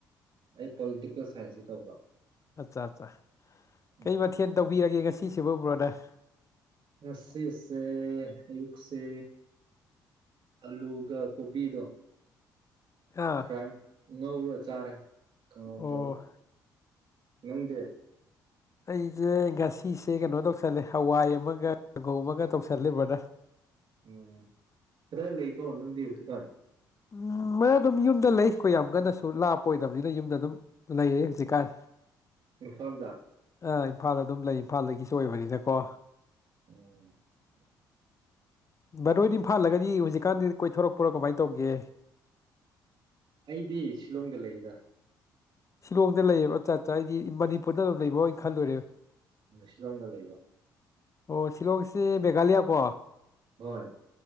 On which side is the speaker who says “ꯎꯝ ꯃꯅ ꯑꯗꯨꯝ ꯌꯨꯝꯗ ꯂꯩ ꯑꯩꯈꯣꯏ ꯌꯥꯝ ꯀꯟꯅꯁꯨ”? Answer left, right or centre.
Left